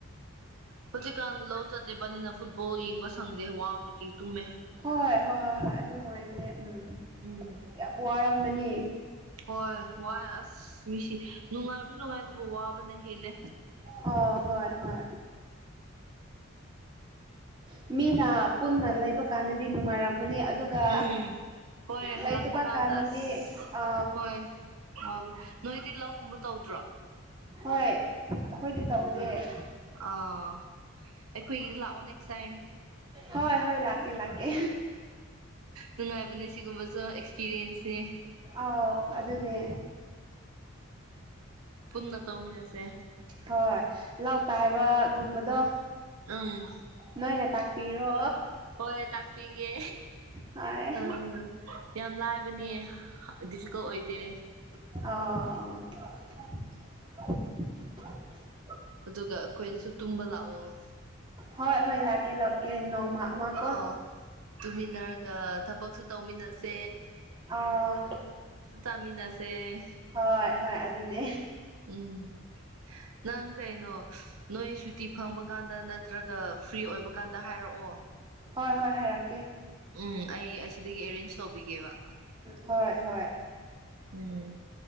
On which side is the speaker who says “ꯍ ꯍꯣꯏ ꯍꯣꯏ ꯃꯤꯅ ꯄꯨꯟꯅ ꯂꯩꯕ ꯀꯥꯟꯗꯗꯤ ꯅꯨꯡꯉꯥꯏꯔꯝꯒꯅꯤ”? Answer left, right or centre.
Right